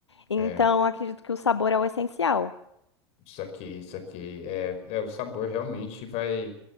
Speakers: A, on the left; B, on the left.
A: Então,
B: É,
A: acredito que o sabor é o essencial.
B: saquei, saquei. É, é, o sabor realmente vai.